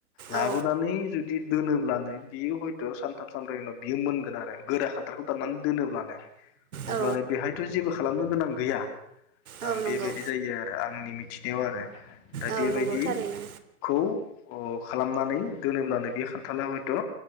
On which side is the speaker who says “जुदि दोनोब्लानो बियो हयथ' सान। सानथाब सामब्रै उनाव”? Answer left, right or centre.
Left